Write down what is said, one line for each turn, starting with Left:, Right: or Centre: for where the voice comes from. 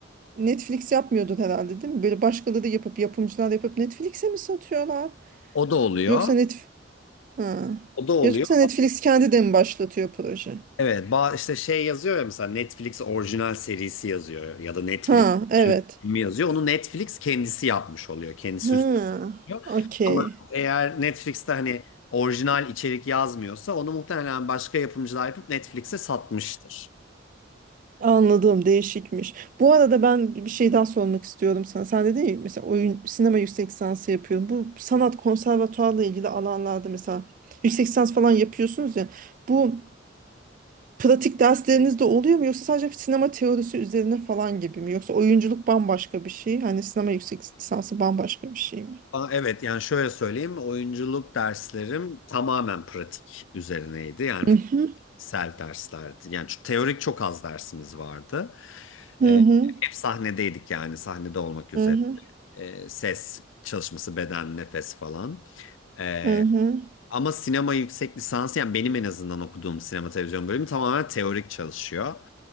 Right: Netflix yapmıyordu herhalde değil mi? Böyle başkaları yapıp yapımcılar yapıp Netflix'e mi satıyorlar?
Left: o da oluyor.
Right: Yoksa Netf ha.
Left: O da oluyor.
Right: Yoksa Netflix kendi de mi başlatıyor proje?
Left: Evet, ba işte şey yazıyor ya mesela Netflix orijinal serisi yazıyor ya da Netflix
Right: Ha evet.
Left: orijinal filmi yazıyor. Onu Netflix kendisi yapmış oluyor. Kendisi
Right: Ha
Left: üstleniyor.
Right: okey.
Left: Ama eğer Netflix'te hani orijinal içerik yazmıyorsa onu muhtemelen başka yapımcılar yapıp Netflix'e satmıştır.
Right: Anladım, değişikmiş. Bu arada ben bir şey daha sormak istiyordum sana. Sen dedin ya mesela oyun sinema yüksek lisansı yapıyorum. Bu sanat konservatuarla ilgili alanlarda mesela yüksek lisans falan yapıyorsunuz ya. Bu pratik dersleriniz de oluyor mu yoksa sadece sinema teorisi üzerine falan gibi mi? Yoksa oyunculuk bambaşka bir şey, hani sinema yüksek lisansı bambaşka bir şey mi?
Left: Aa, evet yani şöyle söyleyeyim oyunculuk derslerim tamamen pratik üzerineydi. Yani
Right: Hı
Left: fikirsel
Right: hı
Left: derslerdi. Yani şu teorik çok az dersimiz vardı.
Right: hı
Left: Ee,
Right: hı
Left: hep sahnedeydik yani sahnede olmak üzere.
Right: hı
Left: Ee, ses çalışması, beden, nefes falan. Ee,
Right: hı hı.
Left: ama sinema yüksek lisansı yani benim en azından okuduğum sinema televizyon bölümü tamamen teorik çalışıyor.